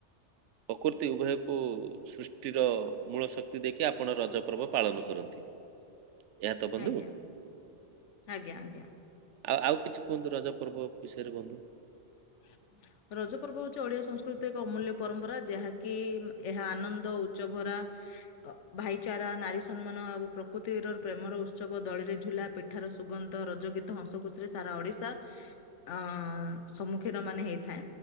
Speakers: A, on the right (about 80°); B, on the left (about 80°).
A: ପ୍ରକୃତି ଉଭୟକୁ ସୃଷ୍ଟିର ମୂଳ ଶକ୍ତି ଦେଇକି ଆପଣ ରଜ ପର୍ବ ପାଳନ କରନ୍ତି। ଏହାତ ବନ୍ଧୁ।
B: ଆଜ୍ଞା ଆଜ୍ଞା ଆଜ୍ଞା
A: ଆଉ ଆଉ କିଛି କୁହନ୍ତୁ ରଜ ପର୍ବ ବିଷୟରେ ବନ୍ଧୁ।
B: <unintelligible> ରଜ ପର୍ବ ହଉଛି ଓଡିଆ ସଂସ୍କୃତିର ଏକ ଅମୂଲ୍ୟ ପରମ୍ପରା ଯାହାକି ଏହା ଆନନ୍ଦ ଉଚ୍ଚ ଭରା। ଭାଇଚାରା, ନାରୀ ସମ୍ମାନ ଆଉ ପ୍ରକୃତିର ପ୍ରେମର ଉତ୍ସବ ଦଳିରେ ଝୁଲା ପିଠା ଏଠାର ସୁଗନ୍ଧ ରଜ ଗୀତ ହସ ଖୁସିରେ ସାରା ଓଡିଶା ଅ ସମୁ କିନ ମାନ ହେଇଥାଏ।